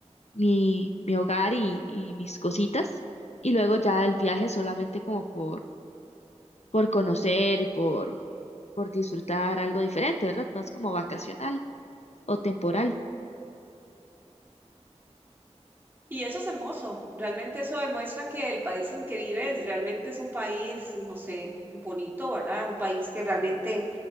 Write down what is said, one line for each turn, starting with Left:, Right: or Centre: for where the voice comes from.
Left: mi, mi hogar y, y mis cositas. Y luego ya el viaje solamente como por, por conocer y por, por disfrutar algo diferente, ¿verdad? No es como vacacional o temporal.
Right: Y eso es hermoso, realmente eso demuestra que el país en que vives realmente es un país, no sé, bonito, ¿verdad? Un país que realmente